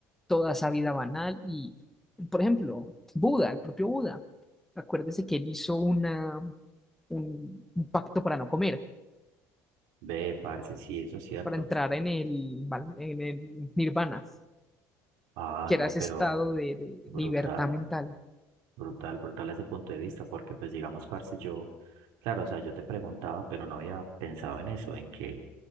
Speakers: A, in the centre; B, on the right (about 80°).
A: toda esa vida banal. Y, por ejemplo, Buda, el propio Buda, acuérdese que él hizo una, un, un pacto para no comer,
B: Ve, parce, sí, eso es cierto.
A: para entrar en el, val- en el nirvana.
B: Ah,
A: que
B: no,
A: era ese
B: pero
A: estado de, de-
B: brutal,
A: de libertad mental.
B: brutal, brutal ese punto de vista, porque pues digamos, parce, yo, claro, o sea, yo te preguntaba, pero no había pensado en eso, en que